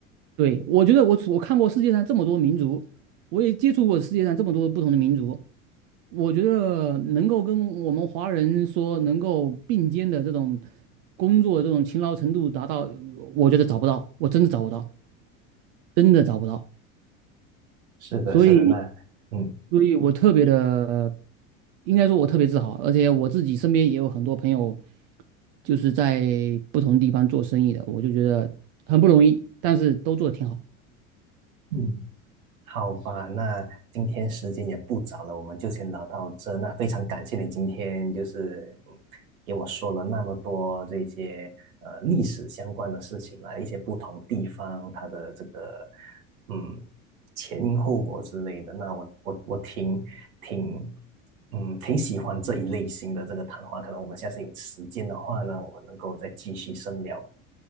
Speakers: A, on the right; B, on the right.
A: 对，我觉得我我看过世界上这么多民族，我也接触过世界上这么多不同的民族，我觉得能够跟我们华人说能够并肩的这种工作这种勤劳程度达到，我觉得找不到，我真的找不到，真的找不到。
B: 是的，
A: 所以，
B: 是的，那嗯。
A: 所以我特别的，应该说我特别自豪，而且我自己身边也有很多朋友就是在不同地方做生意的，我就觉得很不容易，但是都做得挺好。
B: 嗯好吧，那今天时间也不早了，我们就先聊到这。那非常感谢你今天就是嗯给我说了那么多这些呃历史相关的事情啊，一些不同地方它的这个嗯前因后果之类的。那我我我挺挺嗯挺喜欢这一类型的这个谈话，可能我们下次有时间的话呢，我们能够再继续深聊。